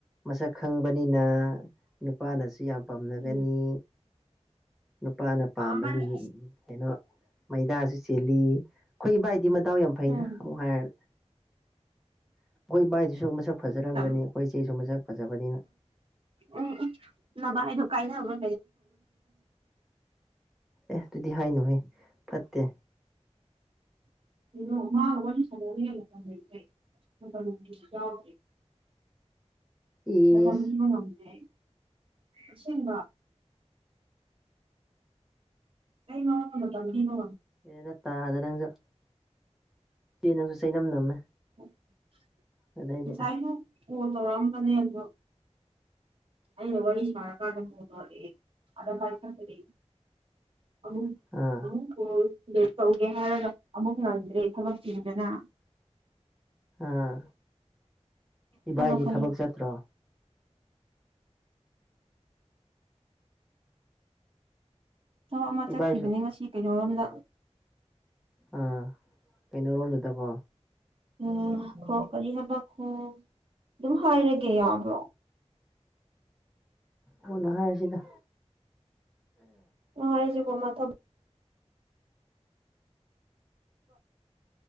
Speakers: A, in the centre; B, on the right.
A: ꯃꯁꯛ ꯈꯪꯕꯅꯤꯅ ꯅꯨꯄꯥꯅꯁꯨ ꯌꯥꯝ ꯄꯥꯝꯅꯒꯅꯤ
B: ꯎꯝ
A: ꯅꯨꯄꯥꯅ ꯄꯥꯝꯕꯒꯤ
B: ꯄꯥꯝꯃꯅꯤ
A: ꯃꯤꯠ ꯀꯩꯅꯣ ꯃꯩꯗꯥꯁꯨ ꯆꯦꯜꯂꯤ ꯑꯩꯈꯣꯏ ꯏꯕꯥꯏ ꯑꯗꯨꯗꯤ ꯃꯇꯎ ꯌꯥꯝ ꯐꯩꯅ
B: ꯎꯝ
A: ꯑꯃꯨꯛ ꯍꯥꯏꯔꯅ ꯑꯩꯈꯣꯏ ꯕꯥꯏꯗꯨꯁꯨ ꯃꯁꯛ ꯐꯖꯔꯝꯒꯅꯤ
B: ꯎꯝ
A: ꯑꯩꯈꯣꯏ ꯏꯆꯦꯁꯨ ꯃꯁꯛ ꯐꯖꯕꯅꯤꯅ
B: ꯎꯝ ꯎꯝ ꯅꯚ ꯑꯩꯗꯣ ꯀꯥꯏꯅꯕ꯭ꯔ
A: ꯑꯦꯁ ꯑꯗꯨꯗꯤ ꯍꯥꯏꯅꯨꯍ ꯐꯠꯇꯦ
B: ꯗ꯭ꯔ
A: ꯏꯁ
B: ꯃꯇꯝ ꯄꯤꯕ ꯉꯝꯃꯦꯦ ꯑꯁꯦꯡꯕ ꯁ ꯅꯣ ꯇꯕꯤ ꯅꯣ
A: ꯑꯦꯗꯠꯇ ꯑꯗ ꯅꯖ ꯁꯤ ꯅꯪꯁꯨ ꯁꯩꯅ ꯅꯝꯃꯦ
B: <unintelligible>
A: ꯑꯗꯥꯏꯗꯤ
B: ꯉꯁꯥꯏꯁꯨ ꯀꯣꯜ ꯇꯧꯔꯛꯑꯝꯕꯅꯦ ꯑꯗꯣ ꯑ ꯋꯥꯔꯤ ꯃ ꯀꯥꯗꯗꯔꯦ ꯑ ꯄꯔꯇ ꯐꯔꯤ ꯑ
A: ꯑꯥ
B: ꯑ ꯀꯣ ꯂꯦꯠ ꯇꯧꯒꯦ ꯍꯥꯏꯔꯒ ꯑꯃꯨꯛ ꯅꯪꯗ꯭ꯔꯦ ꯊꯕꯛ ꯆꯤꯗꯅ
A: ꯑꯥ ꯏꯕꯥꯏꯗꯤ
B: ꯈꯜꯂꯣ ꯈꯜꯂꯣ
A: ꯊꯕꯛ ꯆꯠꯇ꯭ꯔꯣ
B: ꯊꯕꯛ ꯑꯃ
A: ꯏꯕꯥꯏꯁꯨ
B: ꯆꯠꯈꯤꯕꯅꯤ ꯉꯁꯤ ꯀꯩꯅꯔꯣꯝꯗ
A: ꯑ ꯀꯩꯅ ꯔꯣꯜ ꯆꯠꯇ ꯀꯣ
B: ꯎꯝ ꯈꯣ ꯀꯔꯤ ꯍꯥꯏꯕꯈꯣ ꯑꯗꯨꯝ ꯍꯥꯏꯔꯒꯦ ꯌꯥꯕ꯭ꯔꯣ
A: ꯍꯅꯥ ꯍꯥꯏ ꯁꯤꯗ
B: ꯑꯉ ꯍꯥꯏꯁꯨꯀꯣꯃ ꯊ